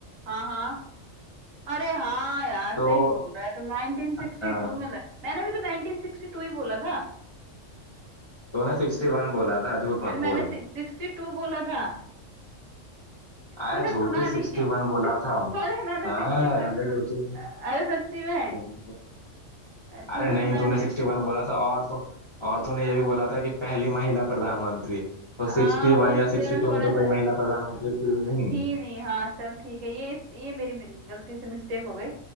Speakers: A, on the right; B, on the left.
A: हाँ हाँ अरे हाँ यार सही
B: तो
A: बोल रहा है तो 1962
B: अ,
A: में ल- मैंने भी तो 1962 ही बोला था
B: तूने 61 बोला था झूठ मत
A: अरे मैंने
B: बोल
A: 62 बोला था तूने
B: आया
A: सुना
B: झूठी 61
A: नहीं है <laughs>
B: बोला था
A: अरे मैंने
B: हाँ
A: 62
B: रहने
A: सु-
B: दे
A: अरे सच्ची में
B: झूठी अरे
A: तूने
B: नहीं
A: सुना
B: तूने
A: नहीं
B: 61 बोला था और तो और तूने
A: हाँ
B: ये भी बोला था कि पहली महिला प्रधानमंत्री तो 61
A: हाँ वो
B: या
A: इसलिए
B: 62
A: मैं थोड़ा
B: में तो कोई
A: सा
B: महिला प्रधानमंत्री थी
A: आ,
B: नहीं
A: थी नहीं हाँ चल ठीक है ये ये मेरी मि- गलती से मिस्टेक हो गई